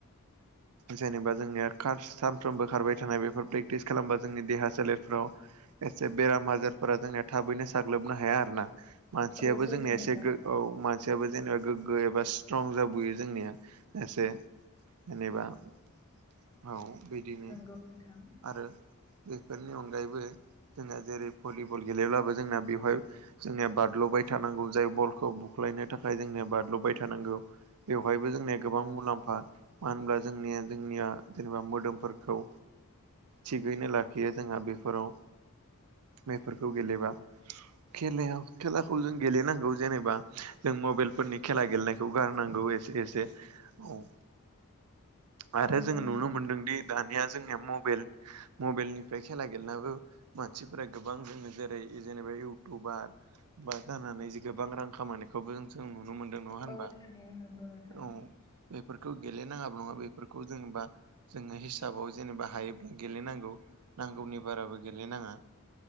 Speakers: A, on the left (about 15°); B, on the right (about 85°).
A: <inaudible>
B: जेनेबा जोंनिया कास सानफ्रोमबो खारबाय थानाय बेफोर प्रेक्टिस खालामबा जोंनि देहा सोलेरफ्राव एसे बेराम आजारफोरा जोंनिया थाबैनो साग्लोबनो हाया आरो ना मानसियाबो
A: औ सैथो
B: जोंनिया
A: नोंथां
B: एसे गो औ मानसियाबो जेने गोग्गो एबा स्ट्रं जाबोयो जोंनिया एसे। जेनेबा औ बैदिनो
A: नंगौ नोंथां
B: आरो बेफोरनि अनगायैबो जोंना जेरै भलिबल गेलेब्लाबो जोंना बेवहाय जोंनिया बादल'बाय थानांगौ जायो बलखौ बुख्लायनो थाखाय जोंनिया बादल'बाय थानांगौ। बेवहायबो जोंनिया गोबां मुलाम्फा। मानो ओनब्ला जोंनिया जोंनिया जेनेबा मोदोमफोरखौ थिगैनो लाखियो जोंहा बेफोराव। मेफोरखौ गेलेबा। खेलायाव खेलाखौ जों गेलेनांगौ जेनेबा जों मबाइल फोरनि खेला गेलेनायखौ गारनांगौ ए एसे औ आरो
A: नंगौ
B: जों
A: नोंथां
B: नुनो मोनदों दि दानिया जोंनिया मबेल मबेलनिफ्राय खेला गेलेनाबो मानसि फ्राय गोबां जोङो जेरै जेनेबा इउटुबार बा जानानै जि गोबां रां खामायनाय खौबो जों-जों नुनो मोनदों नङा होनबा
A: औ थारैनो नंगौ नोंथां
B: औ। बेफोरखौ गेलेेनाङाबो नङा बेफोरखौ जोंबा जोङो हिसाबाव जेनेबा हायोब्ला गेलेनांगौ नांगौनि बाराबो गेलेनाङा।